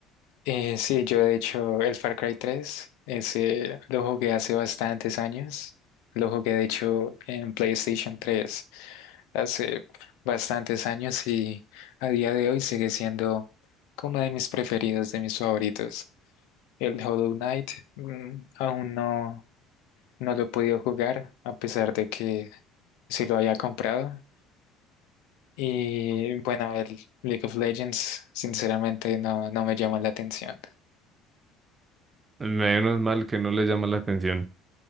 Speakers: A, on the left; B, on the right.
A: Eh, sí, yo de hecho el Far Cry 3, ese lo jugué hace bastantes años. Lo jugué de hecho en PlayStation 3 hace bastantes años y a día de hoy sigue siendo como de mis preferidos, de mis favoritos. El Hollow Knight mm, aún no, no lo he podido jugar a pesar de que sí lo había comprado. Y bueno, el League of Legends sinceramente no, no me llama la atención.
B: Menos mal que no le llama la atención.